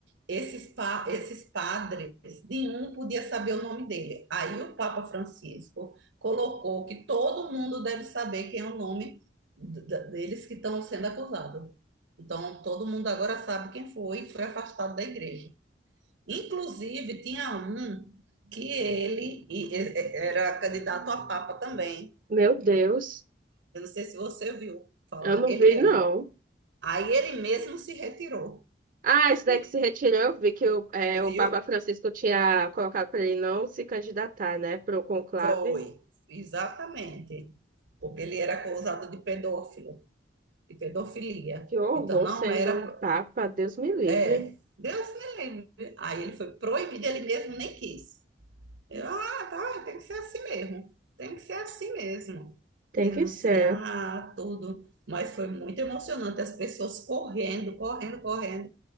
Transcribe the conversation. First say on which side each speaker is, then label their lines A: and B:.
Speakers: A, on the right (about 85°); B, on the right (about 45°).
A: esses, pa- esses padres, nenhum podia saber o nome dele. Aí o Papa Francisco colocou que todo mundo deve saber quem é o nome d- d- deles que estão sendo acusados. Então, todo mundo agora sabe quem foi e foi afastado da igreja. Inclusive, tinha um que ele e- e- era candidato a Papa também.
B: Meu Deus,
A: Eu não sei se você viu falar.
B: eu não
A: Ele
B: vi,
A: era.
B: não.
A: Aí ele mesmo se retirou.
B: Ah, esse daí
A: Ele-
B: que se retirou, eu vi que o, é,
A: Você viu?
B: o Papa Francisco tinha colocado para ele não se candidatar, né, para o conclave.
A: Foi. Exatamente. Porque ele era acusado de pedófilo, de pedofilia.
B: Que horror,
A: Então não
B: sendo
A: era.
B: um Papa, Deus me livre.
A: É. Deus me livre. Aí ele foi proibido, ele mesmo nem quis. Eu, ah, tá, tem que ser assim mesmo. Tem que ser assim mesmo.
B: Tem
A: Denunciar
B: que ser.
A: tudo. Mas foi muito emocionante, as pessoas correndo, correndo, correndo.